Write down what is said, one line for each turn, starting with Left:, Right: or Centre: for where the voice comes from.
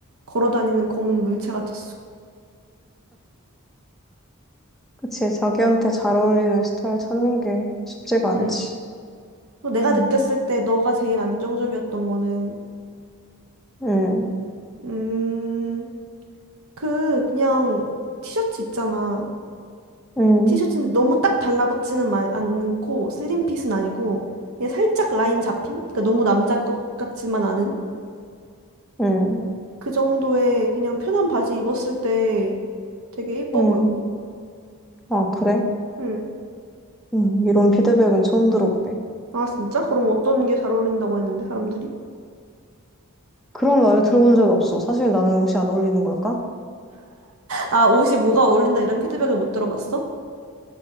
Right: 걸어 다니는 검은 물체 같았어.
Centre: 그치. 자기한테 잘 어울리는 스타일 찾는 게 쉽지가 않지.
Right: 응. 또 내가
Centre: 응.
Right: 느꼈을 때 너가 제일 안정적이었던 거는
Centre: 응.
Right: 음, 그 그냥 티셔츠 있잖아.
Centre: 응.
Right: 티셔츠인데 너무 딱 달라붙지는 마- 않고 슬림핏은 아니고 그냥 살짝 라인 잡힌? 그러니까 너무 남자 것 같지만 않은
Centre: 응.
Right: 그 정도의 그냥 편한 바지 입었을 때 되게 예뻐
Centre: 응.
Right: 보여.
Centre: 아, 그래?
Right: 응.
Centre: 응. 이런 피드백은 처음 들어보네.
Right: 아 진짜? 그럼 어떤 게 잘 어울린다고 했는데 사람들이?
Centre: 그런 말을 들어본 적이 없어. 사실 나는 옷이 안 어울리는 걸까?
Right: 아 옷이 뭐가 어울린다 이런 피드백을 못 들어봤어?